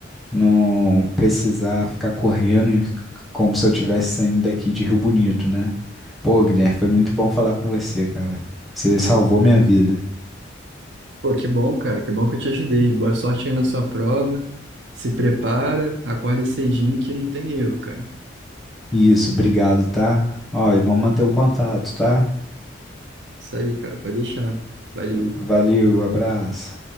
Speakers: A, in the centre; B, on the right (about 65°).
A: não precisar ficar correndo como se eu estivesse saindo daqui de Rio Bonito, né? Pô, Guilherme, foi muito bom falar com você, cara. Você salvou minha vida.
B: Pô, que bom, cara. Que bom que eu te ajudei. Boa sorte aí na sua prova. Se prepara, acorda cedinho que não tem erro, cara.
A: Isso, obrigado, tá? Ó, e vamos manter o contato, tá?
B: Isso aí, cara. Pode deixar. Valeu.
A: Valeu, abraço.